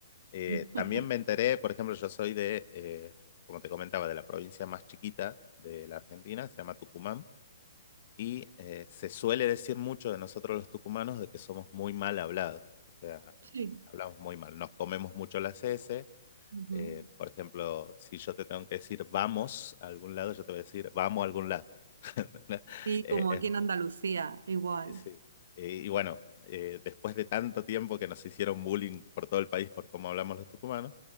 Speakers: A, on the left; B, on the right.
A: Eh,
B: Mm.
A: también me enteré, por ejemplo, yo soy de, eh, como te comentaba, de la provincia más chiquita de la Argentina, se llama Tucumán. y eh, se suele decir mucho de nosotros los tucumanos de que somos muy mal hablados, o sea,
B: Sí.
A: eh, hablamos muy mal, nos comemos mucho las S,
B: Ujú.
A: eh, por ejemplo, si yo te tengo que decir vamos a algún lado, yo te voy a decir vamos a algún lado. <laughs>
B: Sí,
A: Eh,
B: como
A: es,
B: aquí en Andalucía, igual.
A: Sí. Eh, y bueno, eh, después de tanto tiempo que nos hicieron bullying por todo el país por cómo hablamos los tucumanos,